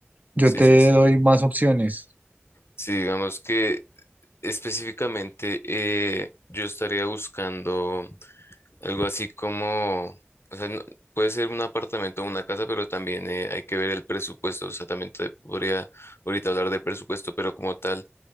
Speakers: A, on the right; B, on the left.
A: yo
B: sí,
A: te
B: sí, sí.
A: doy más opciones
B: Sí, digamos que específicamente eh, yo estaría buscando... Algo así como, o sea, no- puede ser un apartamento o una casa, pero también eh, hay que ver el presupuesto. O sea, también te podría ahorita hablar de presupuesto, pero como tal,